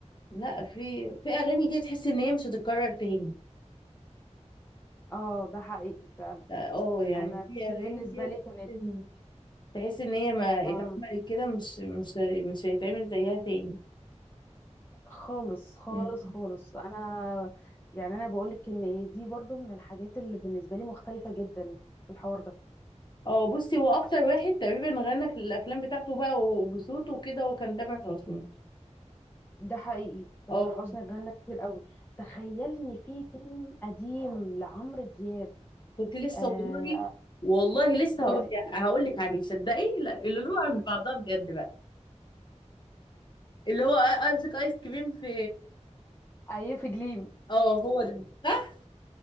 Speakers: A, on the left; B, on the left.
A: لا في في اغاني كده تحس ان هي مش هتتكرر تاني
B: اه ده حقيقي فعلا
A: لا، اه يعني
B: انا
A: في
B: دي
A: اغاني
B: بالنسبة
A: كده
B: لي كانت
A: تحس ان تحس إن هي ما
B: اه
A: اتعملت كده مش مش مش هيتعمل زيها تاني
B: خالص خالص
A: مم.
B: خالص انا يعني انا بقولك ان دي برضو من الحاجات اللي بالنسبة لي مختلفة جدا في الحوار ده
A: اه بصي هو اكتر واحد تقريبا غنى في الافلام بتاعته بقى وبصوته وكده هو كان تامر حسني
B: ده حقيقي تامر
A: اه
B: حسني غنى كتير قوي تخيل ان في فيلم قديم لعمرو دياب
A: وكنت لسه
B: آه
A: والله والله لسه
B: قولي
A: هقول هقول لك عليه صدقي لا اللي له عند بعضها بجد بقى اللي هو قصدك ايس كريم في
B: اي في جليم
A: اه هو ده صح